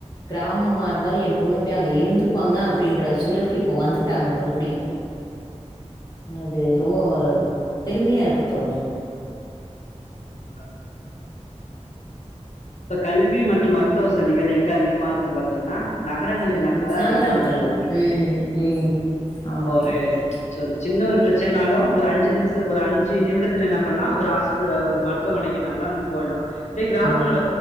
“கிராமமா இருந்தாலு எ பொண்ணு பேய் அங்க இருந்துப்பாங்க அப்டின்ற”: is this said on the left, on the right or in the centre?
Left